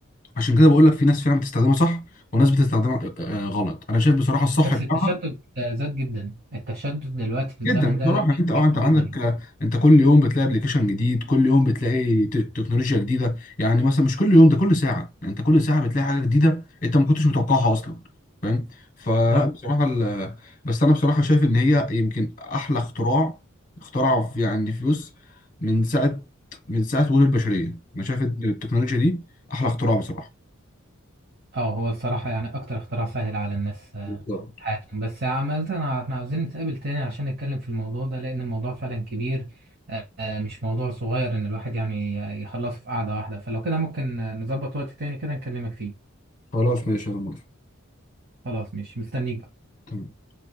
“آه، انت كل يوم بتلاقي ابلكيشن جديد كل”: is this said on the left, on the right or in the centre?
Left